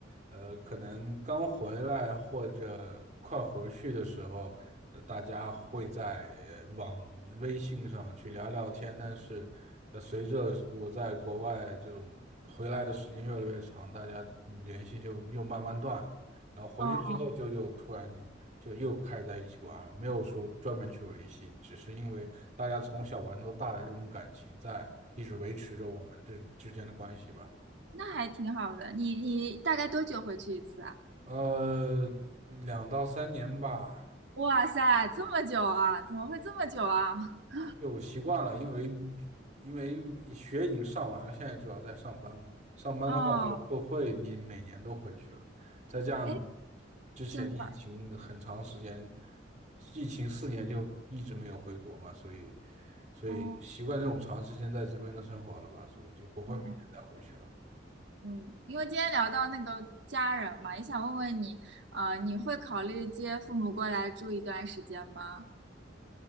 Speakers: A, on the right; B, on the right.
A: 呃，可能刚回来或者快回去的时候，呃大家会在呃网微信上去聊聊天。但是，呃随着我在国外这种回来的时间越来越长，大家联系就又慢慢断了。然后回去之后就又突然就又开在一起玩了，
B: 哦，
A: 没有说专门去维系，只是因为大家从小玩到大的这种感情在，一直维持着我们这之间的关系吧。
B: 那还挺好的。你你大概多久回去一次啊？
A: 呃，两到三年吧，
B: 哇塞，这么久啊？怎么会这么久啊？<laughs>
A: 就习惯了，因为因为学已经上完了，现在主要在上班嘛。上班的话就不会，
B: 哦，
A: 你每年都回去了。再加上
B: 哎，
A: 之前疫情的很长时间，
B: 真的，
A: 疫情四年就一直没有回国嘛，所以所以习惯这种长时间在这边的生活了吧，
B: 哦，
A: 所以就不会每年再回去了。
B: 哦，嗯，因为今天聊到那个家人嘛，也想问问你，呃，你会考虑接父母过来住一段时间吗？